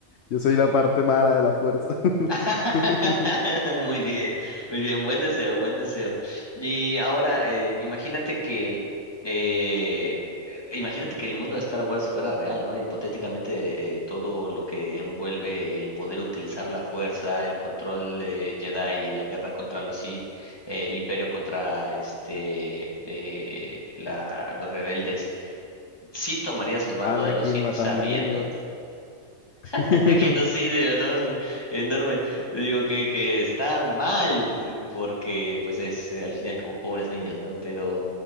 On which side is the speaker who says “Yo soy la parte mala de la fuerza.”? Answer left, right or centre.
Left